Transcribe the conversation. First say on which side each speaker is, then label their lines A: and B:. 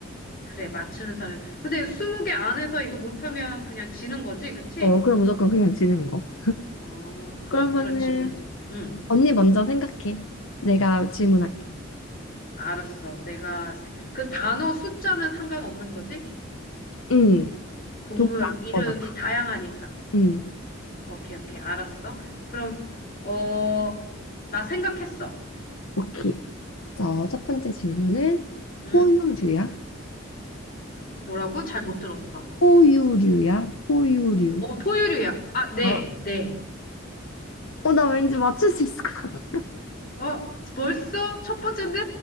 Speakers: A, on the left (about 45°); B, on the left (about 85°).
A: 그래, 맞추는 사람. 근데 스무 개 안에서 이거 못하면 그냥 지는 거지, 그치?
B: 어, 그럼 무조건 그냥 지는 거.
A: 어, 그,
B: 그러면은
A: 그렇지, 그렇지. 응.
B: 언니 먼저 생각해. 내가 질문할게.
A: 어, 알았어. 내가, 세- 그 단어 숫자는 상관없는 거지?
B: 응.
A: 동물
B: 도구
A: 이름이
B: 아무거나.
A: 다양하니까.
B: 응.
A: 오케이, 오케이. 알았어. 그럼, 어, 나 생각했어.
B: 오케이. 자, 첫 번째
A: 응,
B: 질문은
A: 응?
B: 포유류야?
A: 뭐라고? 잘 못 들었어.
B: 포유류야? 포유류.
A: 어, 포유류야. 아, 네,
B: 어,
A: 네.
B: 어, 나 왠지 맞출 수 있을 것 같아.
A: 어, 벌써? 첫 번째인데?